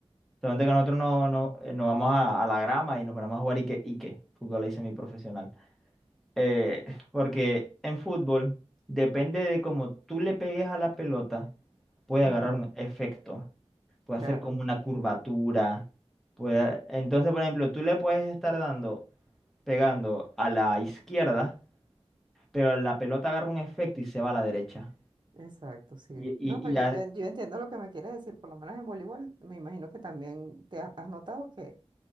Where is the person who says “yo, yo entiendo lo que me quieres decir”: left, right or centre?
Right